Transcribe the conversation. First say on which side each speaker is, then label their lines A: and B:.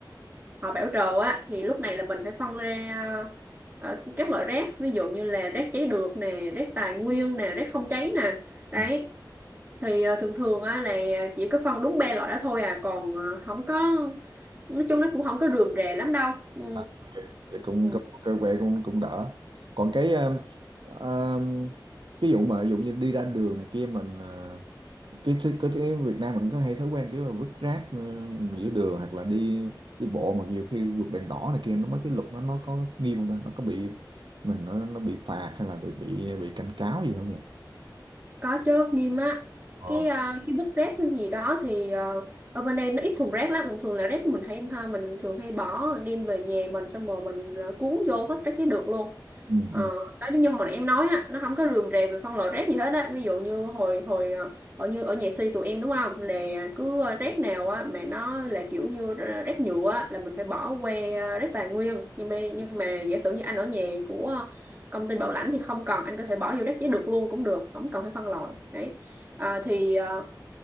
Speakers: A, on the right; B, on the right.
A: họ bảo trồ á thì lúc này là mình phải phân ra ờ, ờ, các loại rác ví dụ như là rác cháy được nè rác tài nguyên nè rác không cháy nè đấy
B: ừ.
A: thì ờ, thường thường á là chỉ có phân đúng ba loại đó thôi à còn ờ, không có nói chung nó cũng không có rườm rà lắm đâu ừ.
B: à, ok vậy cũng
A: Ừ.
B: cũng cơ quê cũng cũng đỡ còn cái um, um, ví dụ mà ví dụ như đi ra đường này kia mình ờ, cái cái cái cái Việt Nam mình có hay thói quen kiểu là vứt rác ờ, giữa đường hoặc là đi đi bộ mà nhiều khi vượt đèn đỏ này kia nó mấy cái luật nó nó có nghiêm không ta nó có bị mình nó nó bị phạt hay là bị bị bị cảnh cáo gì không nhỉ
A: có chứ nghiêm á
B: Ờ.
A: cái à, cái vứt rác cái gì đó thì ờ, ở bên đây nó ít thùng rác lắm thường thường là rác mình hay ha, mình thường hay bỏ đem về nhà mình xong rồi mình ờ, cuốn vô hết rác chế được luôn
B: ừ,
A: Ờ,
B: ừ,
A: đó giống như hồi nãy em nói á nó không có rườm rà về phân loại rác gì hết á ví dụ như hồi hồi ờ, ở như ở nhà si tụi em đúng không là cứ ờ, rác nào á mà nó là kiểu như r- rác nhựa á là mình phải bỏ qua ờ, rác tài nguyên nhưng mà nhưng mà giả sử như anh ở nhà của công ty bảo lãnh thì không cần anh có thể bỏ vô rác giấy được luôn cũng được không cần phải phân loại đấy Ờ, thì ờ,